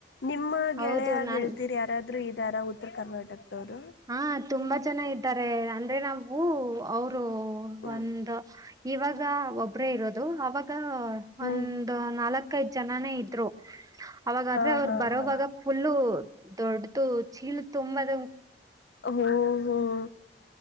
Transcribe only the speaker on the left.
ನಿಮ್ಮ
ಗೆಳೆಯ
ಗೆಳತಿಯರು ಯಾರಾದ್ರರು ಇದಾರ ಉತ್ತರ ಕರ್ನಾಟಕದವರು
ಹ್ಮ್
ಹ್ಮ್
ಹಾ
ಹಾ
ಹಾ
ಹ್ಮ್ ಹ್ಮ್